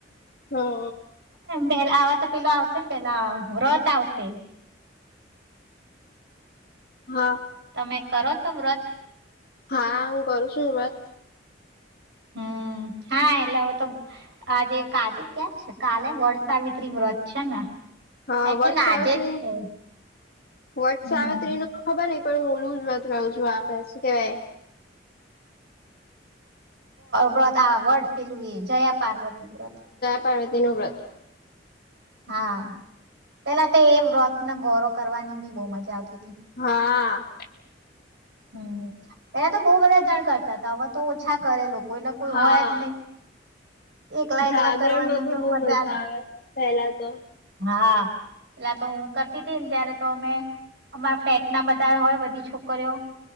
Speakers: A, on the left (about 55°); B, on the right (about 65°).
A: હા
B: પે આવા તો પેલો આવશે ને પેલા વ્રત આવશે
A: હા
B: તમે કરો છો વ્રત
A: હા હું કરું છું વાત
B: હમ હા એટલે હવે તો આજે કજે ક્યાર છે કાલે વર્ષાવતરી વ્રત છે ને
A: હા
B: આઈ
A: વટ
B: થિંક આજે
A: સાવત્રી
B: જ
A: ન
B: છે
A: વટ
B: હમ
A: સાવત્રી નું ખબર ન પણ હુંલું જ વાત રહું છું આપે શું કેવાય
B: વ્રત આ વર્ડ પેલું એ જયા પાર્વતી વ્રત
A: પારતીનો વત
B: હા પેલા તો એ વ્રત ન ગૌરોવ કરવાની બી બહુ મજા આવતી હતી
A: હા
B: હમ પેલા તો બહુ બધા જાણ કરતા હતા હવે તો ઓછા કરે કોઈ ના કોઈ
A: હા
B: હોય જ નહી એકલા
A: જાગરણ
B: એકલા કરવાની
A: માં પણ
B: તો
A: બહુ
B: મજા ને
A: આવે પેલા તો
B: હા એટલા તો હું કરતી હતીી ને ત્યારે તો અમે અમારા ફ્લેટ ના બધા હોય બધી છોકરીઓ